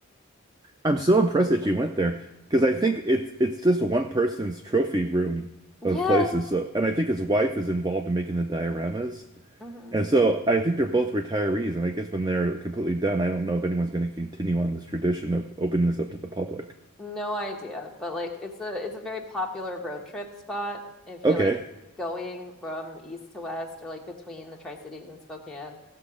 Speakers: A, on the right; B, in the centre.
A: I'm so impressed that you went there because I think it's it's just one person's trophy room of
B: Yeah.
A: places. So, and I think his wife is involved in making the dioramas.
B: hmm
A: And so I think they're both retirees, and I guess when they're completely done, I don't know if anyone's going to continue on this tradition of opening this up to the public.
B: No idea, but like it's a it's a very popular road trip spot if you're
A: Okay.
B: like going from east to west or like between the Tri-Cities and Spokane.